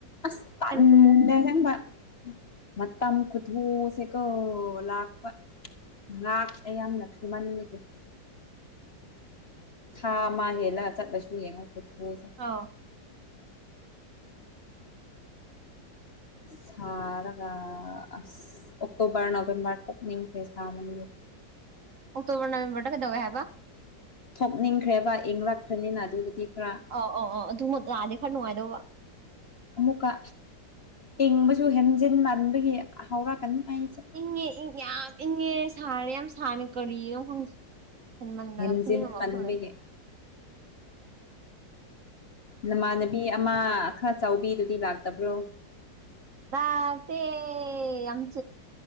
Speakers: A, on the left (about 45°); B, on the right (about 50°).
A: ꯑꯁꯟꯦ
B: ꯇꯨꯝꯃꯣ
A: ꯆꯕ ꯃ ꯑꯃ ꯀꯨꯊꯍꯁꯦ ꯀ ꯂꯥꯛꯥꯛꯄ ꯉꯍꯥꯛ ꯑꯩ ꯌꯥꯝꯅ ꯊꯨꯝꯃꯟꯕꯒꯦ ꯊꯥ ꯑꯃ ꯍꯦꯜꯂꯒ ꯆꯠꯂꯁꯨ ꯌꯦꯡꯉꯣ ꯈꯨꯊꯨꯁꯦ
B: ꯑꯥꯎ
A: ꯁꯥꯒ ꯑ ꯑꯣꯛꯇꯣꯕꯔ ꯅꯕꯦꯝꯕꯔ ꯊꯣꯛꯅꯤꯡꯈꯩ ꯁꯥꯕꯒꯦ <unintelligible> <inaudible>
B: ꯇꯣꯅ ꯀꯗꯧꯒ ꯍꯥꯏꯕ
A: ꯊꯣꯛꯅꯤꯡꯈ꯭ꯔꯦꯕ ꯏꯪꯂꯛꯈ꯭ꯔꯅꯤꯅ ꯑꯗꯨꯗꯗꯤ ꯈ
B: ꯑꯧ ꯑꯧ ꯑꯧ ꯑꯗꯨ ꯇꯥꯔꯗꯤ ꯈꯔ ꯅꯨꯡꯉꯥꯏꯗꯧꯕ
A: ꯑꯃꯨꯛꯀ ꯏꯪꯕꯁꯨ ꯍꯦꯟꯖꯤꯟ ꯃꯟꯕꯒꯤ ꯍꯧꯔꯛꯀꯅꯤ ꯑꯩꯁꯦ
B: ꯏꯪꯉꯦ ꯏꯪ ꯌꯥꯝ ꯏꯪꯉꯦ ꯁꯥꯔꯦ ꯌꯥꯝ ꯁꯥꯅꯤ ꯀꯔꯤꯅꯣ ꯈꯪꯗꯦ ꯏꯟꯥꯟꯗꯒꯝꯁꯤꯅꯤꯉꯝꯕ
A: ꯍꯦꯟꯖꯤꯟ ꯃꯟꯕꯒꯤ
B: ꯐꯂꯦ
A: ꯅꯃꯥꯟꯅꯕꯤ ꯑꯃ ꯈꯔ ꯆꯥꯎꯕꯤꯗꯨꯗꯤ ꯂꯥꯛꯇꯕ꯭ꯔꯣ
B: ꯑꯆꯪ